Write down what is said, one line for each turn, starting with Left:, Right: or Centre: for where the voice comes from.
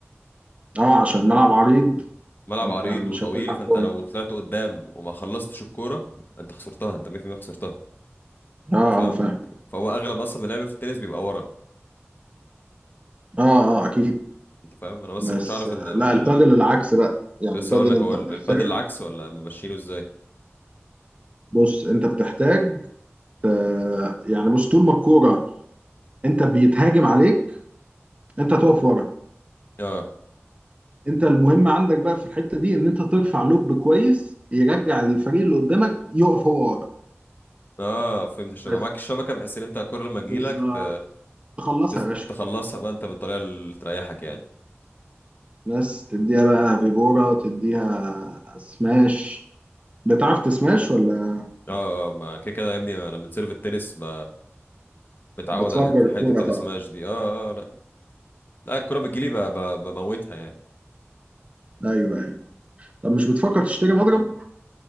Right: اه عشان الملعب عريض
Left: ملعب
Right: انت
Left: عريض
Right: مش
Left: وطويل
Right: هتلحق
Left: فانت
Right: كوره
Left: لو طلعت قدام وما خلصتش الكوره انت خسرتها انت 100% خسرتها
Right: اه
Left: انت فاهم
Right: اه فاهم
Left: فهو اغلب اصلا اللعب في التنس بيبقى ورا
Right: اه اه اكيد
Left: انت فاهم انا بس
Right: بس
Left: ما كنتش اعرف
Right: آه،
Left: ان ال...
Right: لا البادل العكس بقى يعني
Left: لسه
Right: البادل
Left: هقول لك
Right: انت
Left: هو ال-
Right: بتحتاج
Left: البادل العكس ولا ماشيينه ازاي
Right: بص انت بتحتاج آه، يعني بص طول ما الكوره انت بيتهاجم عليك انت تقف ورا
Left: اه
Right: انت المهم عندك بقى في الحته دي ان انت ترفع لوب كويس يرجع الفريق اللي قدامك يقف هو ورا
Left: اه فهمت الشبكه
Right: بس
Left: معاك الشبكه بحيث ان انت الكوره لما تجيلك
Right: بالظبط
Left: ت...
Right: تخلصها
Left: تس-
Right: يا باشا
Left: تخلصها بقى انت بالطريقه اللي تريحك يعني
Right: بس تديها بقى فيبورا تديها سماش بتعرف تسماش ولا
Left: اه آه، ما كده كده يا ابني انا من سيرف التنس ب... متعود
Right: بتفجر
Left: على حته حته
Right: الكوره
Left: السماش
Right: طبعا
Left: دي اه اه آه، لا لا الكوره بتجيلي ب... ب... بموتها يعني
Right: ايوه ايوه طب مش بتفكر تشتري مضرب